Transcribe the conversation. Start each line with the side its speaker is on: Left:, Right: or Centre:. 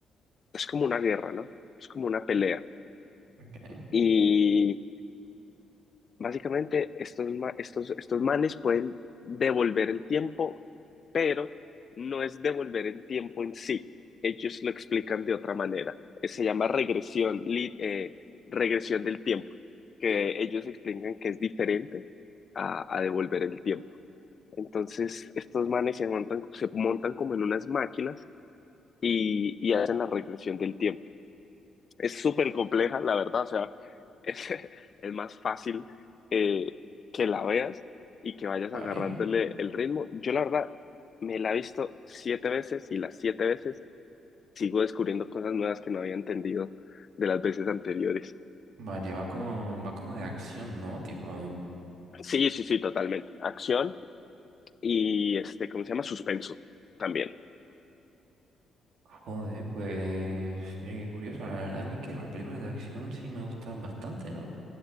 Left: Es como una guerra, ¿no? Es como una pelea.
Right: Ok.
Left: Y básicamente estos, ma- estos, estos manes pueden devolver el tiempo, pero no es devolver el tiempo en sí. Ellos lo explican de otra manera. Eh, Se llama regresión, li- eh, regresión del tiempo, que ellos explican que es diferente a a devolver el tiempo. Entonces, estos manes se montan, se montan como en unas máquinas y, y hacen la regresión del tiempo. Es súper compleja, la verdad, o sea, es, <laughs> es más fácil eh, que la veas y que vayas
Right: Vale,
Left: agarrándole el ritmo. Yo, la verdad, me la he visto siete veces y las siete veces sigo descubriendo cosas nuevas que no había entendido de las veces anteriores.
Right: vale, va como, va como de acción, ¿no? Tipo,
Left: Sí, sí, sí, totalmente. Acción y, este, ¿cómo se llama? Suspenso también.
Right: joder, pues mira qué curioso, la verdad a mí que las películas de acción sí me gustan bastante, ¿no?